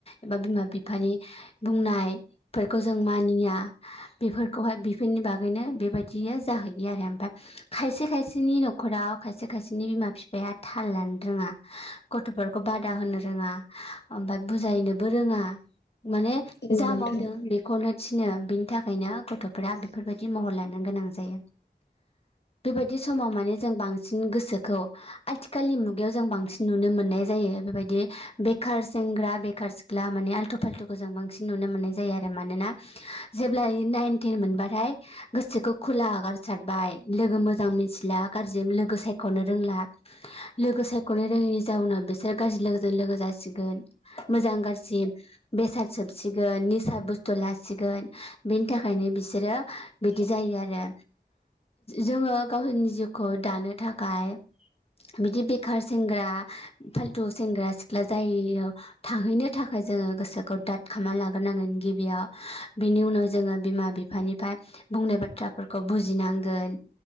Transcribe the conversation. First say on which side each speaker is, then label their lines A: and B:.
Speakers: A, on the left; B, on the left.
A: एबा बिमा बिफानि बुंनायफोरखौ जों मानिया बेफोरखौहाय बेफोरनि बागै नो बेबायदिया जाहैयो आरो ओमफ्राय खायसे खायसेनि न'खराव खायसे खायसेनि बिमा फिफाया थाल लानो रोङा गथ'फोरखौ बादा होनो रोङा ओमफ्राय बुजायनोबो रोङा। माने
B: औ
A: जा
B: नोंथां
A: मावदों
B: औ
A: बेखौनो थिनो बिनि थाखायनो गथ'फोरा बेफोर बायदि महर लानो गोनां जायो। बेबायदि समाव माने जों बांसिन गोसोखौ आथिखालनि मुग गायाव जों बांसिन नुनो मोननाय जायो बेबायदि बेखार सेंग्रा बेखार सिख्ला माने आलथु फालथुखौ बांसिन नुनो मोननाय जायो आरोना मानोना जेबलायै नाइन टेन मोनबाथाय गोसोखौ खुला खुला आगारसारबाय लोगो मोजां मिथिला गाज्रि लोगो सायख'नो रोंला। लोगो सायख'नो रोङैनि जाउनाव बिसोर गाज्रि लोगोजों लोगो जासिगोन मोजां गाज्रि बेसाद सोबसिगोन निसा बुस्थु लासिगोन बेनि थाखायनो बिसोरो बिदि जायो आरो। जोङो गावसोरनि जिउखौ दानो थाखाय बिदि बेखार सेंग्रा फाल्थु सेंग्रा सिख्ला जायो थाहैनो थाखाय जोङो गोसोखौ दाद खालामनानै लाग्रोनांगोन गिबियाव बिनि उनाव जोङो बिमा बिफानिफ्राय बुं नाय बाथ्राफोरखौ बुजिनांगोन